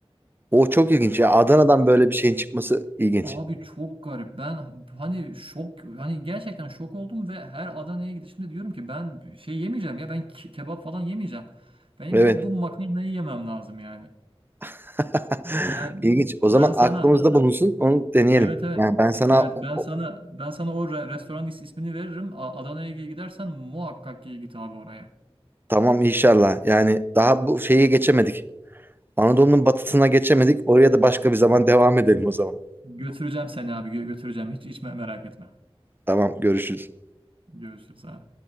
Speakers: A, on the right; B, on the right.
A: O çok ilginç ya. Adana'dan böyle bir şeyin çıkması ilginç.
B: Abi çok garip. Ben hani şok hani gerçekten şok oldum ve her Adana'ya gidişimde diyorum ki ben şey yemeyeceğim ya ben ke- kebap falan yemeyeceğim. Benim
A: Evet.
B: gidip bu makarnayı yemem lazım yani.
A: <laughs>
B: Yani
A: İlginç. O
B: ben
A: zaman
B: sana
A: aklımızda bulunsun. Onu deneyelim.
B: evet evet
A: Yani ben sana
B: evet ben
A: o-
B: sana ben sana o re- restoran is- ismini veririm. A- Adana'ya gi- gidersen muhakkak ki git abi oraya.
A: Tamam inşallah. Yani daha bu şeye geçemedik. Anadolu'nun batısına geçemedik. Oraya da başka bir zaman devam edelim o zaman.
B: Götüreceğim seni abi gö- götüreceğim. Hiç hiç me- merak etme.
A: Tamam görüşürüz.
B: Görüşürüz abi.